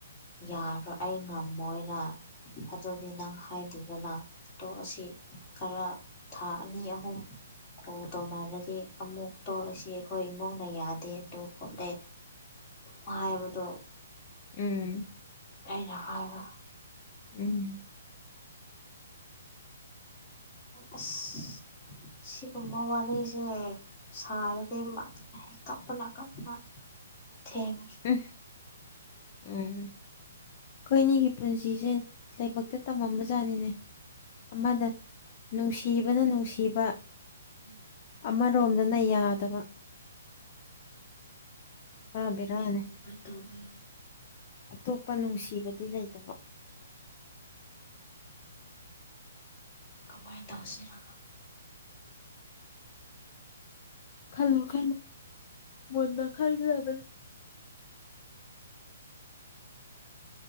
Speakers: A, on the left (about 20°); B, on the left (about 35°).
A: ꯌꯥꯔꯣꯏ ꯑꯩ ꯉꯝꯃꯣꯏꯅ ꯑꯗꯨꯗꯤ ꯅꯪ ꯍꯥꯏꯗꯤ ꯗꯅ ꯇꯣꯛꯑꯁꯤ ꯈꯔ ꯊꯥ ꯑꯅꯤ ꯑꯍꯨꯝ ꯀꯣꯜ ꯇꯧꯅꯔꯗꯤ ꯑꯃꯨꯛ ꯇꯣꯛꯂꯁꯤ ꯑꯩꯈꯣꯏ ꯏꯃꯨꯡꯅ ꯌꯥꯗꯦ ꯑꯗꯨ ꯈꯣꯠꯂꯦ
B: <inaudible>
A: ꯍꯥꯏꯕꯗꯣ
B: ꯎꯝ
A: ꯑꯩꯅ ꯍꯥꯏꯕ
B: ꯎꯝ <inaudible>
A: ꯑꯁ ꯁꯤꯒꯨꯝꯕ ꯋꯥꯔꯤꯁꯦ ꯁꯥꯔꯗꯤ ꯀꯞꯄꯅꯥ ꯀꯞꯄꯅꯥ ꯊꯦꯝ
B: ꯎꯝ ꯎꯝ ꯑꯩꯈꯣꯏꯅꯤꯒꯤ ꯄꯨꯟꯁꯤꯁꯦ ꯂꯥꯏꯕꯛꯇ ꯇꯝꯃꯝꯕꯖꯥꯠꯅꯤꯅꯦ ꯑꯃꯗ ꯅꯨꯡꯁꯤꯕꯅ ꯅꯨꯡꯁꯤꯕ
A: <inaudible>
B: ꯑꯃꯔꯣꯝꯗꯅ ꯌꯥꯗꯕ ꯍꯥꯥꯕꯤꯔꯥꯅꯦ
A: ꯀꯃꯥꯏꯅ ꯇꯧꯗꯣꯏꯅꯣ
B: ꯑꯇꯣꯞꯄ ꯅꯨꯡꯁꯤꯕꯗꯤ ꯂꯩꯇꯕ
A: ꯀꯃꯥꯏꯇꯧꯁꯤꯔ
B: ꯈꯜꯂꯨ ꯈꯜꯂꯨ ꯃꯨꯟꯅ ꯈꯜꯂꯒ